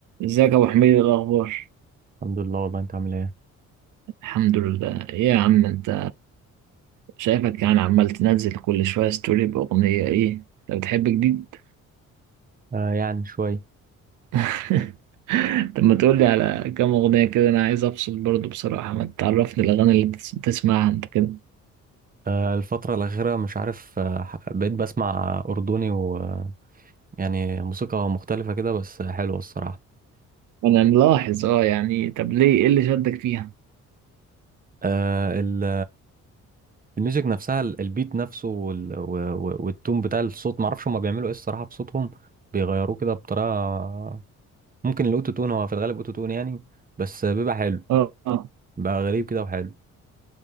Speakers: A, on the right (about 85°); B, on the right (about 30°).
A: ازيك يا ابو حميد إيه الاخبار
B: الحمد لله والله انت عامل ايه
A: الحمد لله ايه يا عم انت شايفك يعني عمال تنزل كل شويه ستوري باغنيه ايه لو بتحب جديد
B: آه يعني شوي
A: <laughs> طب ما تقول لي على كام اغنيه كده انا عايز افصل برضو بصراحه ما تعرفني الاغاني اللي بتس- بتسمعها انت كده
B: آه الفترة الأخيرة مش عارف آه ح- بقيت بسمع أردني ويعني موسيقى مختلفة كده بس حلوة الصراحة
A: انا ملاحظ اه يعني طب ليه ايه اللي شدك فيها
B: آه ال- الميوزك نفسها ال- البيت نفسه وال- و- و- والتون بتاع الصوت معرفش هما بيعملوا ايه الصراحة في صوتهم بيغيروه كده بطريقة ممكن الأوتو تون هو في الغالب أوتو تون يعني بس بيبقى حلو
A: اه آه.
B: بقى غريب كده وحلو